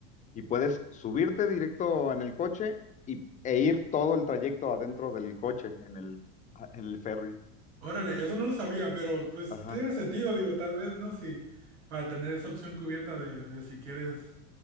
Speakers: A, on the left; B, on the right.
A: y puedes subirte directo en el coche y, e ir todo el trayecto adentro del coche, en el, en el ferry.
B: Órale, eso no lo sabía, pero pues
A: Ajá.
B: tiene sentido, digo, tal vez, ¿no? Si para tener esa opción cubierta de, de si quieres.